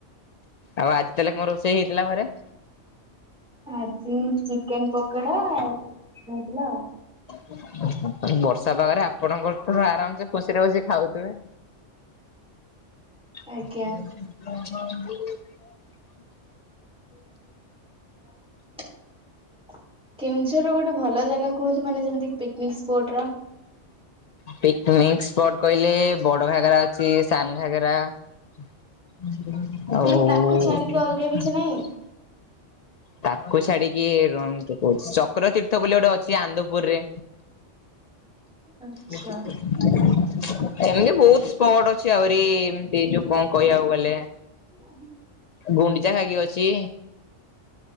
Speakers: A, on the left (about 65°); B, in the centre.
A: ଆଉ ଆଜି ତାହେଲେ କଣ ରୋଷେଇ ହେଇଥିଲା ଘରେ?
B: ଆଜି ଚିକେନ ପକୋଡା ଆଉଥିଲା ଆଉ।
A: ବର୍ଷା ପାଗରେ ଆପଣଙ୍କର ଆରାମ ସେ ଖୁସିରେ ବସି ଖାଉଥିବେ। ହ
B: ଆଜ୍ଞା
A: ହ
B: <unintelligible> କେଉଁଝର ଗୋଟେ ଭଲ ଜାଗା କୁହନ୍ତୁ। ମାନେ ଯେମିତି ପିକନିକ ସ୍ପଟ ର।
A: ପିକନିକ ସ୍ପଟ କହିଲେ ବଡ ଘାଗରା ଅଛି ସାନ ଘାଗେରା। ଆଉ
B: ନାଇଁ ତାକୁ ଛାଡିକି ଅଲଗା କିଛି ନାହିଁ।
A: ତାକୁ ଛାଡିକି କହୁଛି ଚକ୍ର ତୀର୍ଥ ବୋଲି ଗୋଟେ ଅଛି ଆନ୍ଦପୁରରେ।
B: ଆଚ୍ଛା।
A: ଦେଖ <inaudible> ଏମତି ବହୁତ ସ୍ପଟ ଅଛି। ଆହୁରି ଏମତି ଯୋଉ କଣ କହିବାକୁ ଗଲେ
B: <unintelligible>
A: ଗୁଣ୍ଡିଚା ଘଗି ଅଛି।